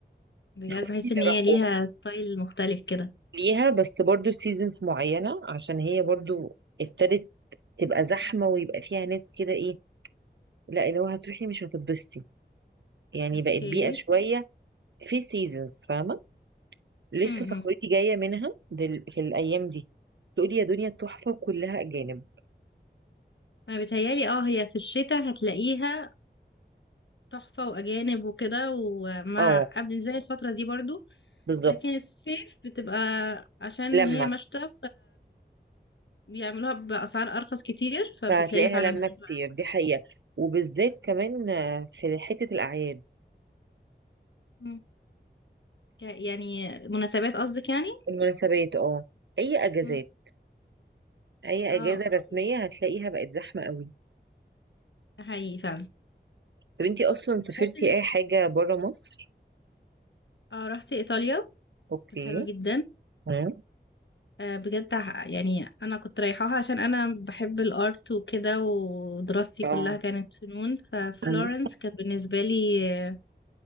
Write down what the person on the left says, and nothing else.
بجد
بحس
ان هي
ليها ستايل مختلف كده
اوكي
امم
انا بتهيالي اه هي في الشتاء هتلاقيها تحفة وأجانب وكده ومع
قبل زي الفترة دي برضو
لكن الصيف بتبقى عشان
هي مشتى فبيعملوها بأسعار أرخص كتير فبتلاقيها
فعلا
حلوة
مم. ك- يعني مناسبات قصدك يعني
مم.
اه
اوكي
ده حقيقي فعلا
بحس
ان
اه رحت ايطاليا
كانت حلوه جدا
آه بجد ح- يعني انا كنت رايحاها عشان انا بحب الارت وكده ودراستي
كلها كانت فنون ففلورنس
كانت بالنسبه لي